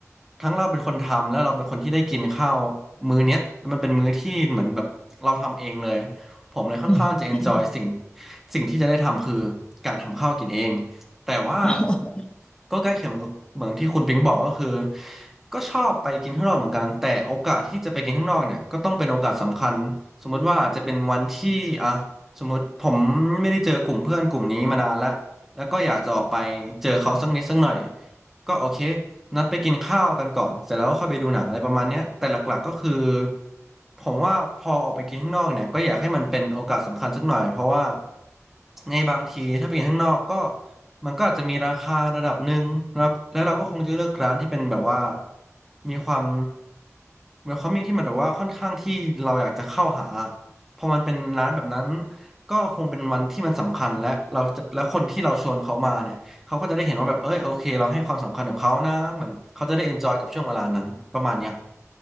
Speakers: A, in the centre; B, on the left.
A: ทั้งเราเป็นคนทำแล้วเราเป็นคนที่ได้กินข้าวมื้อเนี้ยมันเป็นมื้อที่เหมือนแบบเราทำเองเลยผมเลยค่อนข้างจะ
B: อืม
A: enjoy สิ่งสิ่งที่จะได้ทำคือการทำข้าวกินเองแต่ว่า
B: <laughs>
A: ก็ใกล้เคียงเหมือนเหมือนที่คุณปิงบอกก็คือก็ชอบไปกินข้างนอกเหมือนกันแต่โอกาสที่จะไปกินข้างนอกเนี่ยก็ต้องเป็นโอกาสสำคัญสมมุติว่าอาจจะเป็นวันที่อ่ะสมมติผมไม่ได้เจอกลุ่มเพื่อนกลุ่มนี้มานานแล้ว แล้วก็อยากจะออกไปเจอเขาสักนิดสักหน่อยก็โอเคนัดไปกินข้าวกันก่อนเสร็จแล้วก็ค่อยไปดูหนังอะไรประมาณเนี้ยแต่หลักๆก็คือผมว่าพอออกไปกินข้างนอกเนี่ยก็อยากให้มันเป็นโอกาสสำคัญสักหน่อยเพราะว่าในบางทีถ้าไปกินข้างนอกก็มันก็อาจจะมีราคาระดับหนึ่งแล้วแล้วเราก็คงจะเลือกร้านที่เป็นแบบว่ามีความมีความมิ่งที่มันแบบว่าค่อนข้างที่เราอยากจะเข้าหา พอมันเป็นร้านแบบนั้นก็คงเป็นวันที่มันสำคัญและเราจะและคนที่เราชวนเขามาเนี่ยเขาก็จะได้เห็นว่าแบบเอ้ยโอเคเราให้ความสำคัญกับเขานะเหมือนเขาจะได้เอนจอยกับช่วงเวลานั้นประมาณเนี้ย